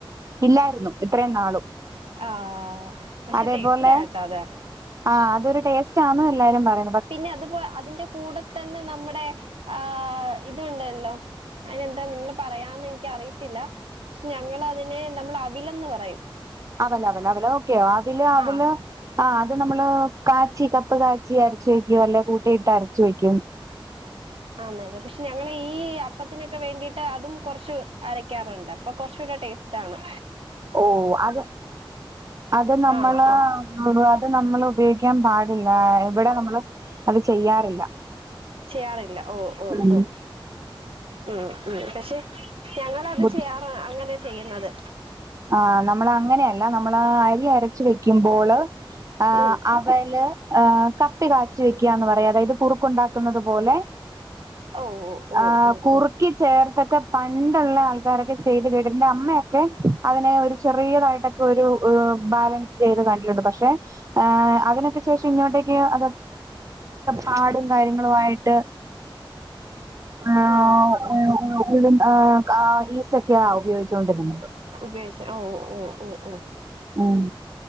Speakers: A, on the right (about 35°); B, on the right (about 85°).
A: ഇല്ലാരുന്നു ഇത്രേം നാളും
B: ആഹ് പക്ഷെ
A: അതേപോലെ
B: ടേസ്റ്റ് ആട്ടോ അത്
A: ആഹ് അതൊരു ടേസ്റ്റ് ആന്നും എല്ലാരും പറയും
B: പിന്നെ അത് പോ അതിന്റെ കൂടെ തന്നെ നമ്മുടെ ആഹ്‌ ഇതുണ്ട ണ്ടോ ആയിനെന്താ നിങ്ങള് പറയാന്നെനിക്കറിയത്തില്ല ക്ഷേ ഞങ്ങളതിനെ നമ്മള് അവിലെന്ന് പറയും
A: അവല് ലവല് ഓക്കെ യതില് അവില്
B: ആഹ്
A: ആഹ്‌ അത് നമ്മള് കാച്ചി കപ്പ് കാച്ചി അരച്ച് വയ്ക്കും അല്ലെ കൂട്ടിയിട്ട് അരച്ച് വയ്ക്കും
B: ആന് അതെ പക്ഷെ ഞങ്ങളീ ഈ അപ്പത്തിനൊക്ക വേണ്ടീട്ട് അതും കൊറച്ച് അരക്കാറൊണ്ട് അപ്പൊ കൊറച്ചൂട ടേസ്റ്റാണ്
A: ഓഹ് അത് അത് നമ്മള്
B: ആഹ് ആഹ്
A: അത് നമ്മള് ഉപയോഗിക്കാൻ പാ ടില്ലാ ഇവിടെ നമ്മള് അത് ചെയ്യാറില്ല
B: ചെയ്യാറില്ല ഓഹ് ഓഹ്
A: ഉം
B: ഓഹ് ഉം ഉം പക്ഷെ ഞങ്ങളത്
A: ബുദ്ധി
B: ചെയ്യാറ് അങ്ങനെയാ ചെയ്യുന്നത്
A: ആഹ്‌ നമ്മളങ്ങനെയല്ല നമ്മള് അരി അരച്ച് വെക്കുമ്പോള് ആഹ്‌
B: ഉം
A: അ ടുപ്പേല് ആഹ് കപ്പി കാച്ചി വെക്ക്യാന്ന് പറയും അതായത് കുറുക്കൊണ്ടാക്കുന്നത് പോലെ
B: ഓ ഓ ഓ
A: ആഹ്‌
B: ഓ
A: കുറുക്കി
B: ഓ
A: ചേർത്തൊക്കെ പണ്ടുള്ള ആൾക്കാരൊക്കെ ചെയ്ത് കേട്ടട്ടെണ്ട് അമ്മയൊക്കെ അതിനെ ഒരു ചെറിയതായിട്ടൊക്കൊരു ഏഹ് ബാലൻസ് ചെയ്ത് കണ്ടിട്ടുണ്ട് പക്ഷെ ആഹ് അതിനൊക്കെ ശേഷം ഇങ്ങോട്ടേക്ക് അത് പാടും കാര്യങ്ങളും ആയിട്ട് ആഹ്‌
B: ആഹ് ഓഹ്
A: ആഹ് ആഹ് ഇതും ആഹ് കാ ഈസ്റ്റോക്കെയാ ഉപയോഗിച്ചോണ്ടിരുന്നത്
B: ഉപയോഗിച്ച് ഓഹ് ഓഹ് ഓഹ് ഓഹ് ഓഹ്
A: ഉം